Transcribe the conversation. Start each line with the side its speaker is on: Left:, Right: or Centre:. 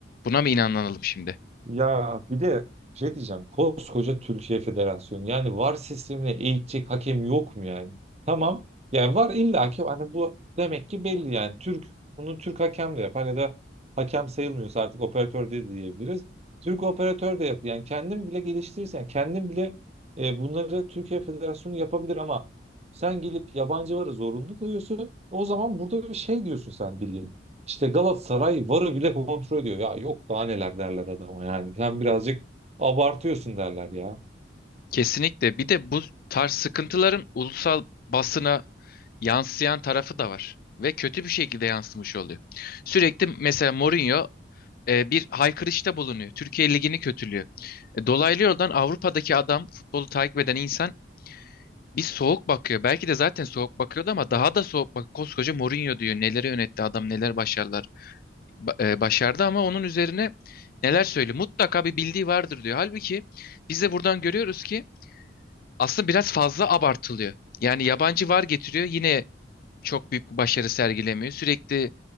Left: Buna mı inanalım şimdi?
Right: Ya bir de şey diyeceğim. Koskoca Türkiye Federasyonu. Yani VAR sistemine eğitecek hakem yok mu yani? Tamam. Yani VAR illaki hani bu demek ki belli yani. Türk bunu Türk hakem de yapar ya da hakem sayılmıyorsa artık operatör de diyebiliriz. Türk operatör de yapıyor. Yani kendin bile geliştirirsen yani kendin bile e, bunları Türkiye Federasyonu yapabilir ama sen gelip yabancı VAR'a zorunlu kılıyorsun. O zaman burada bir şey diyorsun sen bildiğin. İşte Galatasaray VAR'ı bile kontrol ediyor. Ya yok daha neler derler adama yani. Sen birazcık abartıyorsun derler ya.
Left: Kesinlikle. Bir de bu tarz sıkıntıların ulusal basına yansıyan tarafı da var. Ve kötü bir şekilde yansımış oluyor. Sürekli mesela Mourinho e, bir haykırışta bulunuyor. Türkiye Ligi'ni kötülüyor. E, dolaylı yoldan Avrupa'daki adam, futbolu takip eden insan bir soğuk bakıyor. Belki de zaten soğuk bakıyordu ama daha da soğuk bak. Koskoca Mourinho diyor. Neleri yönetti adam, neler başarılar. ba- e, başardı ama onun üzerine neler söylüyor? Mutlaka bir bildiği vardır diyor. Halbuki biz de buradan görüyoruz ki aslında biraz fazla abartılıyor. Yani yabancı var getiriyor yine çok büyük bir başarı sergilemiyor. Sürekli